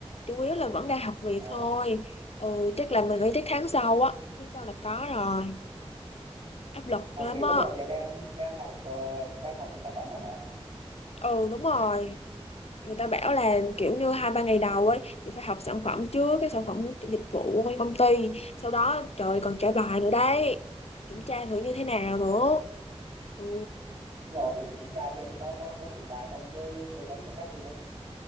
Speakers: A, on the left; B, on the right.
A: chủ yếu là vẫn đang học việc
B: À,
A: thôi ừ chắc là mình nghĩ chắc tháng sau á tháng sau là có rồi áp lực
B: học
A: lắm
B: việc
A: á
B: tức là giờ đang đang học ờ, đang học về sản phẩm á hả?
A: ừ đúng rồi người ta bảo là kiểu như hai
B: Ừ.
A: ba ngày đầu ấy thì phải học sản phẩm trước cái sản phẩm dịch vụ của công ty sau đó trời ơi, còn trả bài nữa đấy kiểm tra thử như thế nào nữa
B: À,
A: ừ
B: đúng rồi thì phải kiểm tra xem có có có thuộc bài không chứ tư vấn cho khách tư vấn